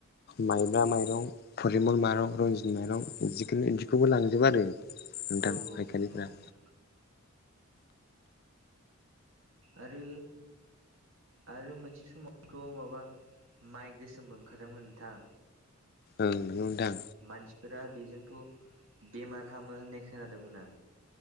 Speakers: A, on the left (about 45°); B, on the right (about 65°).
A: माइब्रा माइरं फरिमल माइरं रन्जित माइरं बिखनो बिदिखौबो लांजोबो आरो। नोंथां
B: औ
A: फायखारिफोरा
B: नंगौ नोंथां आरो आरो मोनसे समावथ' माबा माइ गोसोमबो ओंखारदोंमोन नोंथां।
A: ओं नो मोनदों
B: मानसिफोरा बेजोंथ' बेमार हामो होननाय खोनादोंमोन आं